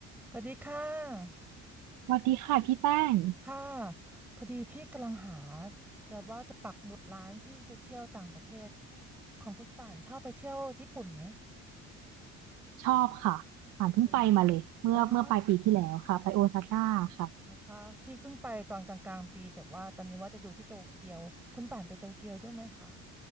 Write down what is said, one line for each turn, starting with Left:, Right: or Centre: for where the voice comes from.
Centre: สวัสดีค่ะ
Right: สวัสดีค่ะพี่แป้ง
Centre: ค่ะพอดีพี่กำลังหาจะว่าจะปักหมุดร้านที่ไปเที่ยวต่างประเทศของคุณป่านชอบไปเที่ยวญี่ปุ่นไหม
Right: ชอบค่ะป่านเพิ่งไปมาเลยเมื่อเมื่อปลายปีที่แล้วค่ะไปโอซาก้าค่ะ
Centre: ดีแล้วนะคะพี่เพิ่งไปตอนกลางๆปีแต่ว่าตอนนี้ว่าจะดูที่โตเกียวคุณป่านไปโตเกียวด้วยไหมคะ